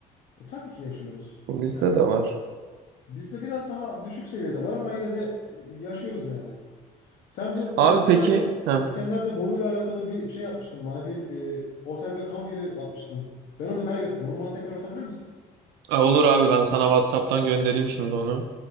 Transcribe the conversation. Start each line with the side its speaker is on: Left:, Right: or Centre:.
Left: e tabii ki yaşıyoruz.
Right: Bu bizde
Left: Yani
Right: de var.
Left: bizde biraz daha düşük seviyede var ama yine de e, yaşıyoruz yani. Sen bu geçenlerde
Right: Abi peki. Heh.
Left: geçenlerde Bolu'yla alakalı bir şey yapmıştın bana bir e, otel ve kamp yeri atmıştın. Ben onu kaybettim. Onu bana tekrar atabilir misin?
Right: E, Olur abi ben sana WhatsApp'tan göndereyim şimdi onu.